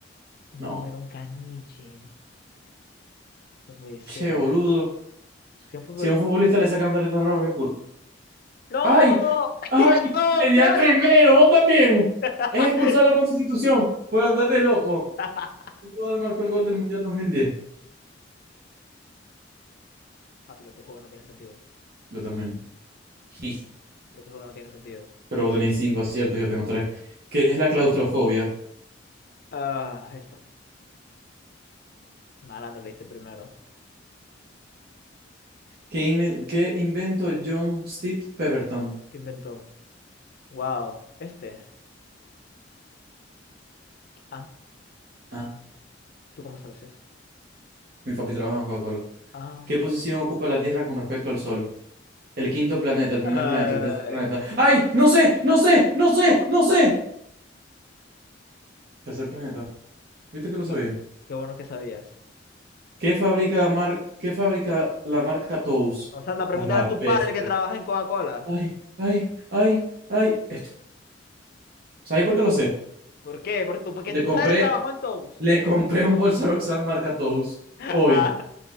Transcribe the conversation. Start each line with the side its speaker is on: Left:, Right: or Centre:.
Left: No,
Right: no.
Left: era un caniche. No puede ser.
Right: Che, boludo.
Left: Si un fútbol?
Right: Si a un futbolista le sacan tarjeta roja, qué culpa.
Left: ¡No!
Right: ¡Ay!
Left: <laughs>
Right: ¡Ay!
Left: ¡No,
Right: Le di
Left: claro!
Right: al primero, vos también.
Left: <laughs>
Right: Es expulsado
Left: Sí.
Right: con sustitución por andar de loco.
Left: <laughs>
Right: El jugador marcó el gol del Mundial 2010.
Left: Papi, lo que juego no tiene sentido.
Right: Yo también. Jiji.
Left: Lo que juego no tiene sentido.
Right: Pero vos tenéis cinco aciertos, yo tengo tres. ¿Qué es la claustrofobia?
Left: Ah, esto. Malandro leíste primero.
Right: ¿Qué, inven- qué inventó John Steve Pemberton?
Left: ¿Qué inventó? Wow. Este. Ah,
Right: Ah,
Left: ¿tú cómo sabes eso?
Right: mi papi trabaja en Coca-Cola.
Left: Ah.
Right: ¿Qué posición ocupa la Tierra con respecto al Sol? El quinto planeta, el primer
Left: Ay,
Right: planeta, el tercer planeta. ¡Ay! ¡No sé! ¡No sé! ¡No sé!
Left: ¿cómo?
Right: ¡No sé! Tercer planeta. ¿Viste que lo sabía?
Left: Qué qué bueno que sabías.
Right: ¿Qué fabrica, mar... ¿Qué fabrica la marca Tous?
Left: Vamos anda a preguntar
Right: A la
Left: a tu
Right: bestia.
Left: padre que trabaja en Coca-Cola.
Right: ¡Ay! ¡Ay! ¡Ay! ¡Ay! Esto. ¿Sabéis por qué lo sé?
Left: ¿Por qué? Por tu- porque
Right: Le
Left: tu
Right: compré,
Left: padre trabajó en Toast.
Right: le compré un bolso a Roxanne marca Tous
Left: <laughs>
Right: hoy.
Left: Ah,